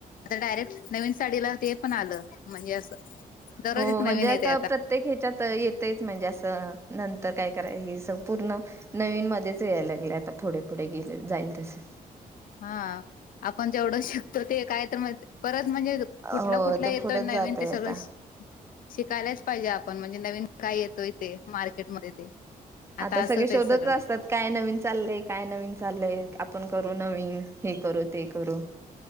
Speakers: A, on the left (about 65°); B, on the right (about 20°).
A: आता डायरेक्ट, नवीन साडीला ते पण आलं. म्हणजे असं दररोज
B: हो
A: एक नवीन
B: म्हणजे आता,
A: येते
B: प्रत्येक ह्याच्यात येत तेयच म्हणजे असं, नंतर काय कराय हे स- पूर्ण, नवीन मध्येच याय लागलं आता. पुढे- पुढे गेलं, जाईल तसं.
A: हा. आपण जेवढं शिकतो, ते काय तर म परत म्हणजे, कुठलं-
B: हो
A: कुठलं
B: ते
A: येतं
B: पुढेच
A: नवीन
B: जातय
A: ते सगळं
B: आता.
A: शि शिकायलाच पाहिजे आपण. म्हणजे, नवीन काय येतोय ते, मार्केट मध्ये ते.
B: आता
A: असंच
B: सगळी, शोधतं
A: आहे सगळं
B: असतात. काय नवीन चाललंय, काय नवीन चाललंय. आपण करू नवीन. हे करू, ते करू.